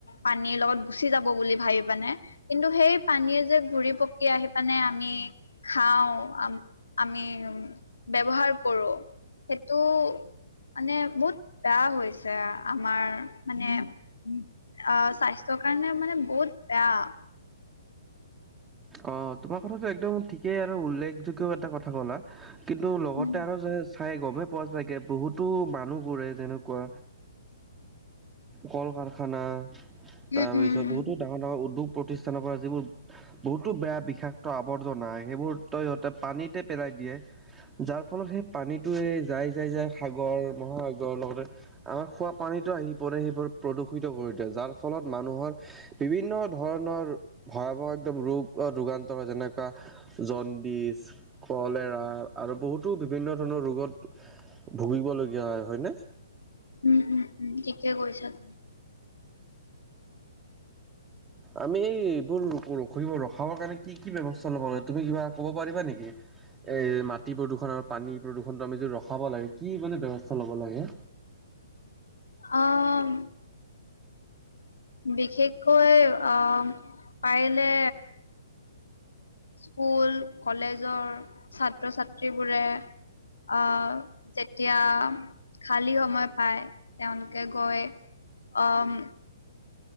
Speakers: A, on the left; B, on the right.
A: পানীৰ লগত গুচি যাব বুলি ভাবি বানে? কিন্তু সেই পানীয়ে যে ঘূৰি পক- কি আহি পানে আমি খাও আম আমি ব্যৱহাৰ কৰো সেটো মানে বহুত বেয়া হৈছে আমাৰ মানে অ স্বাস্থ্যৰ কাৰণে মানে বহুত বেয়া।
B: অ তোমাৰ কথাটো একদম ঠিকেই আৰু উল্লেখযোগ্য ও এটা কথা ক'লা। কিন্তু লগতে
A: উম
B: আৰু যে চাই গমেই পোৱা চাগে বহুতো মানুহবোৰে যেনেকুৱা কল কাৰখানা
A: উম
B: তাৰপিছত
A: উম উম
B: বহুতো ডাঙৰ ডাঙৰ উদ্যোগ প্ৰতিষ্ঠানৰ পৰা যিবোৰ বহুতো বেয়া বিষাক্ত আৱৰ্জনা সেইবোৰ ত ইহঁতে পানীতে পেলাই দিয়ে। যাৰ ফলত সেই পানীটোৱে যাই যাই যাই সাগৰ মহাসাগৰ লগতে আমাৰ খোৱাপানীতো আহি পৰে সেইবোৰ প্ৰদূষিত কৰি দিয়ে যাৰ ফলত মানুহৰ বিভিন্ন ধৰণৰ ভয়াৱহ একদম ৰোগ ৰোগান্তৰ হয় যেনেকুৱা জণ্ডিচ কলেৰা আৰু বহুতো বিভিন্ন ধৰণৰ ৰোগত ভুগিবলগীয়া হয় হয়নে?
A: উম উম উম ঠিকে কৈছা তুমি।
B: আমি এইবোৰ ৰখৰিব ৰখাবৰ কাৰণে কি কি ব্যৱস্থা লব লাগে তুমি কিবা কব পাৰিবা নেকি? এই মাটি প্ৰদূষণ আৰু পানী প্ৰদূষণটো আমি যদি ৰখাব লাগে কি মানে ব্যৱস্থা ল'ব লাগে?
A: অম। বিশেষকৈ অ পাৰিলে স্কুল, কলেজৰ, ছাত্ৰ ছাত্ৰীবোৰে অ, যেতিয়া খালী সময় পায়, তেওঁলোকে গৈ, অহ ম